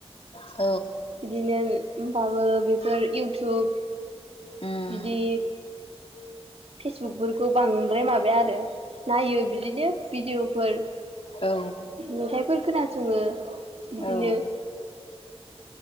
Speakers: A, on the left; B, on the right.
A: औ
B: इदिनो होमबाबो बेफोर इउटुब
A: उम
B: बिदि फेसबुकफोरखौ बांद्राय माबाया आरो नायो बिदिनो भिडिअ'फोर
A: औ
B: मेथाइफोर खोनासङो बिदिनो
A: औ